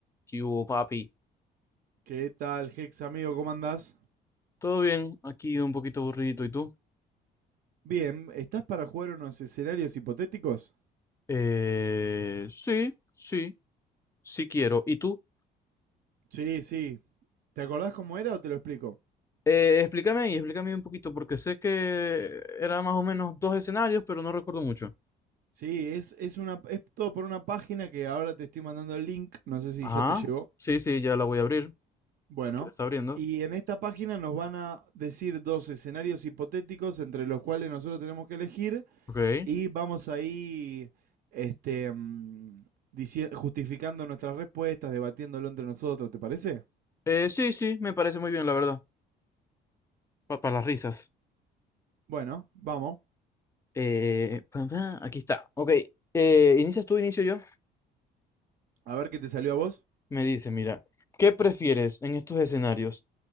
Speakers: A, on the left (about 15°); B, on the right (about 60°).
A: ¿Qué hubo, papi?
B: ¿Qué tal, Hex, amigo? ¿Cómo andás?
A: ¿Todo bien? Aquí un poquito aburrido. ¿Y tú?
B: Bien, ¿estás para jugar unos escenarios hipotéticos?
A: Eh, sí, sí, sí quiero. ¿Y tú?
B: Sí, sí. ¿Te acordás cómo era o te lo explico?
A: Eh, explícame ahí, explícame un poquito, porque sé que era más o menos dos escenarios, pero no recuerdo mucho.
B: Sí, es, es una, es todo por una página que ahora te estoy mandando el link, no sé si
A: Ah,
B: ya te llegó.
A: sí, sí, ya la voy a abrir.
B: Bueno,
A: Aquí la está abriendo.
B: y en esta página nos van a decir dos escenarios hipotéticos entre los cuales nosotros tenemos que elegir
A: Ok.
B: y vamos ahí, este, mm, dici- justificando nuestras respuestas, debatiéndolo entre nosotros, ¿te parece?
A: Eh, sí, sí, me parece muy bien, la verdad. Pa- para las risas.
B: Bueno, vamos.
A: Eh, pa- pa, aquí está. Ok. Eh, ¿inicias tú, inicio yo?
B: A ver qué te salió a vos.
A: Me dice, mira, ¿qué prefieres en estos escenarios?